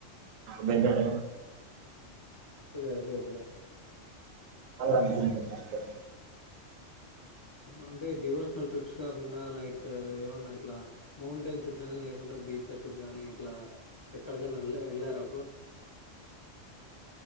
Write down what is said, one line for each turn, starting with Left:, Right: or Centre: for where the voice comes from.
Right: weather
Left: okay okay bro
Right: అనుకుంటున్నాను బ్రో
Left: అంటే డివోషనల్ ట్రిప్స్ కాకుండా లైక్ ఏమన్నా ఇట్లా మౌంటైన్స్ కానీ లేకుంటే బీచెస్ కానీ ఇట్లా ఎక్కడికనా వె వెళ్ళారా బ్రో